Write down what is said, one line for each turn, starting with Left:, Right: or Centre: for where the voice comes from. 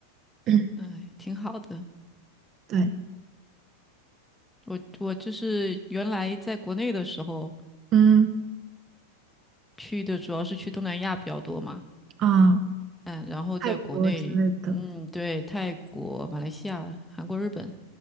Right: <clears throat>
Centre: 哎，挺好的。
Right: 对，
Centre: 我我就是原来在国内的时候
Right: 嗯
Centre: 去的主要是去东南亚比较多嘛，
Right: 啊，
Centre: 嗯，然后在国内，
Right: 泰国之类的，
Centre: 嗯，对，泰国、马来西亚、韩国、日本，